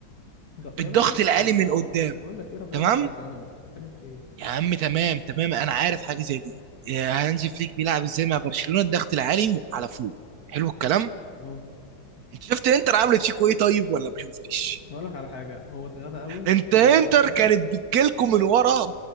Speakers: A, on the left; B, on the right.
A: ده يا
B: الضغط
A: باشا ده,
B: العالي
A: ده رفيعهم
B: من قدام
A: بقول لك ايه رفيعهم
B: تمام
A: سبع سما انت بتتكلم في ايه
B: يا عم تمام تمام انا عارف حاجة زي دي يا هانزي فليك بيلعب ازاي مع برشلونة الضغط العالي على فوق حلو الكلام
A: اه
B: شفت انتر عملت فيكوا ايه طيب ولا ما شفتش
A: ما اقول لك على حاجه هو اتغاب قوي
B: انت
A: لما
B: انتر
A: اصر
B: كانت بتجيلكوا من ورا